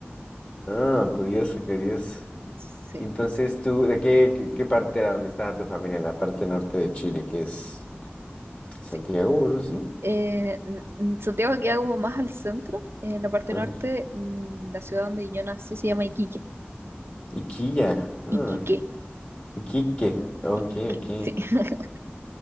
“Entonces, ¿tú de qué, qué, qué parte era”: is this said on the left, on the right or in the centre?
Left